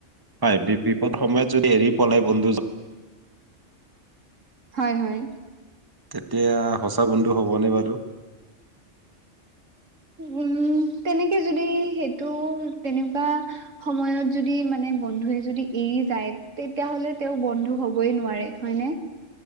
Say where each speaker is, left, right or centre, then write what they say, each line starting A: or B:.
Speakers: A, on the right; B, on the right.
A: হয় বি বিপদ সময়ত যদি এৰি পলাই বন্ধুজন
B: হয় হয়
A: তেতিয়া সঁচা বন্ধু হবনে বাৰু?
B: উম, তেনেকে যদি সেইটো তেনেকুৱা সময়ত যদি মানে বন্ধুৱে যদি এৰি যায় তেতিয়াহ'লে তেওঁ বন্ধু হ'ব হবই নোৱাৰে হয় নে?